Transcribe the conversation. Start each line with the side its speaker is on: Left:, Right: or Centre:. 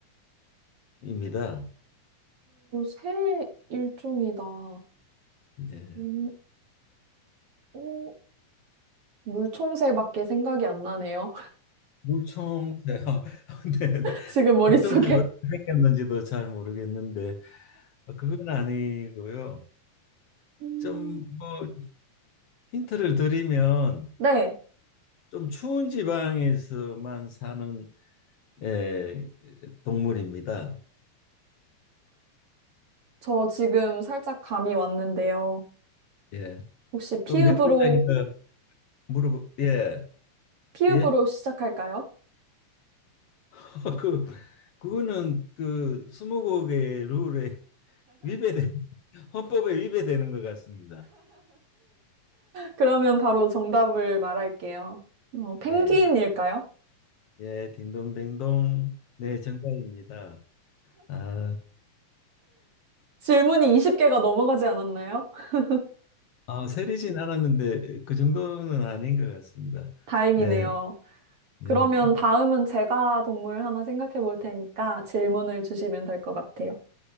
Left: 일종입니다.
Right: 새 일종이다.
Left: 네.
Right: 음, 어, 물총새밖에 생각이 안 나네요.
Left: 물총새요. <laughs> 네, 네.
Right: 지금 머릿속에?
Left: 물총새가 어떻게 생겼는지도 잘 모르겠는데 그건 아니고요.
Right: 음,
Left: 좀 뭐 힌트를 드리면
Right: 네,
Left: 좀 추운 지방에서만 사는 예, 동물입니다.
Right: 저 지금 살짝 감이 왔는데요.
Left: 예.
Right: 혹시 피읍으로,
Left: 또 몇 글자인가 물어보 예.
Right: 피읍으로
Left: 예.
Right: 시작할까요?
Left: <laughs> 그 그거는 그 스무고개 룰에 위배된 <laughs> 헌법에 위배되는 것 같습니다.
Right: 그러면 바로 정답을 말할게요. 어, 펭귄일까요?
Left: 네, 예, 딩동댕동. 네, 정답입니다. 아,
Right: 질문이 20개가 넘어가지 않았나요? <laughs>
Left: 아, 세리진 않았는데 그 정도는 아닌 것 같습니다.
Right: 다행이네요.
Left: 네, 네,
Right: 그러면
Left: 네.
Right: 다음은 제가 동물 하나 생각해 볼 테니까 질문을 주시면 될 것 같아요.